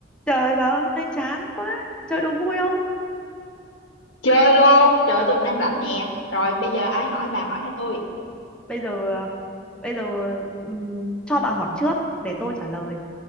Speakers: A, in the centre; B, on the left.
A: Trời bà ơi, hôm nay chán quá. Chơi đố vui không?
B: Chơi luôn, trời ơi, tụi mình đang rảnh nè. Rồi bây giờ ai hỏi bà hỏi hay tôi?
A: Bây giờ à, bây giờ ừm, cho bà hỏi trước để tôi trả lời.